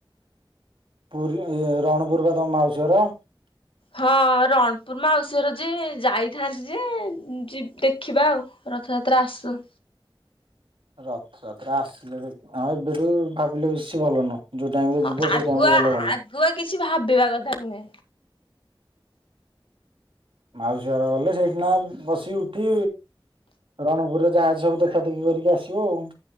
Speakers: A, on the right; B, on the left.
A: ପୁରୀ ରଣପୁର ବା ତମ ମାଉସୀଘର?
B: ହଁ ରଣପୁର ମାଉସୀ ଘର ଯେ ଯାଇଥାନ୍ତି ଯେ ଯି ଦେଖିବା ଆଉ। ରଥଯାତ୍ରା ଆସୁ।
A: ରଥଯାତ୍ରା ଆସିଲେ ଦେଖ ହଁ ଏବେଠୁ ଭାବିଲେ ବେଶୀ ଭଲ ନୁହଁ। ଯୋଉ ଟାଇମ୍ ରେ
B: ହଁ
A: ଯିବ
B: ଆଗୁଆ
A: ସେଇ ଟାଇମ୍ ରେ ଗଲେ ଗଲା।
B: ଆଗୁଆ କିଛି ଭାବିବା କଥା ନୁହେଁ।
A: ମାଉସୀ ଘର ଗଲେ ସେଇଠିକିନା ବସି ଉଠି ରଣପୁରରେ ଜାହା ଅଛି ସବୁ ଦେଖା ଦେଖି କରିକି ଆସିବେ ଆଉ।